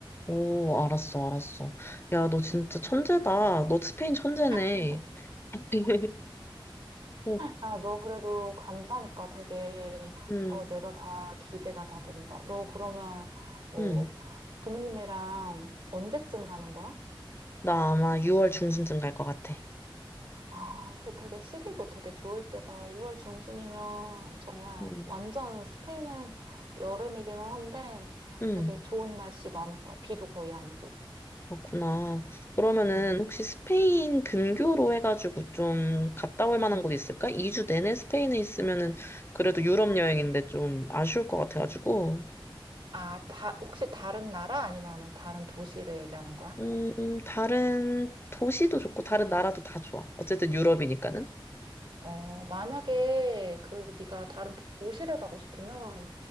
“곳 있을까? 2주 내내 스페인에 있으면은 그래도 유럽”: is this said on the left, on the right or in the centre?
Left